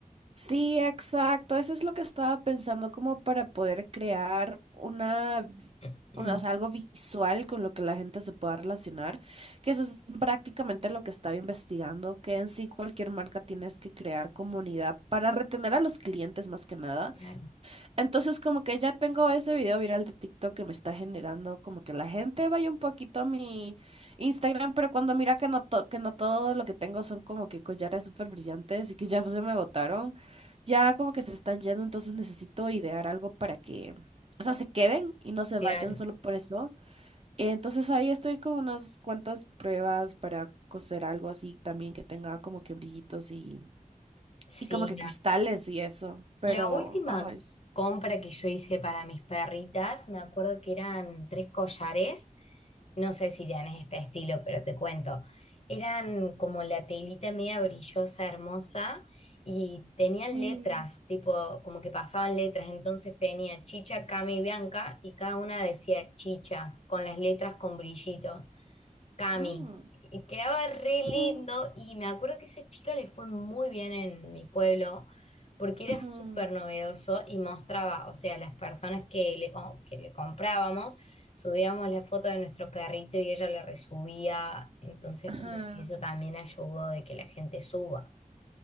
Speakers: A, on the right; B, on the left.
A: Sí, exacto. Eso es lo que estaba pensando, como para poder crear una, v-
B: <clears throat>
A: una, o sea, algo visual con lo que la gente se pueda relacionar, que eso es prácticamente lo que estaba investigando, que en sí cualquier marca tienes que crear comunidad para retener a los clientes más que nada.
B: Claro,
A: Entonces como que ya tengo ese video viral de TikTok que me está generando como que la gente vaya un poquito a mi Instagram, pero cuando mira que no, to- que no todo lo que tengo son como que collares súper brillantes y que ya se me agotaron, ya como que se están yendo, entonces necesito idear algo para que, o sea, se queden y no se vayan
B: claro.
A: solo por eso. Entonces ahí estoy con unas cuantas pruebas para coser algo así también que tenga como que brillitos y,
B: Sí,
A: y como que cristales y eso, pero...
B: La última
A: Ay,
B: compra que yo hice para mis perritas, me acuerdo que eran tres collares, no sé si tenés este estilo, pero te cuento. Eran como la telita media brillosa, hermosa, y tenían
A: sí.
B: letras, tipo, como que pasaban letras. Entonces tenía Chicha, Cami y Bianca, y cada una decía Chicha, con las letras con brillitos. Cami.
A: Mm,
B: Y quedaba re lindo
A: ujú,
B: y me acuerdo que esa chica le fue muy bien en mi pueblo porque era
A: ujú,
B: súper novedoso y mostraba, o sea, las personas que le, co- que le comprábamos, subíamos la foto de nuestro perrito y ella la resubía, entonces
A: ajá.
B: como que eso también ayudó de que la gente suba.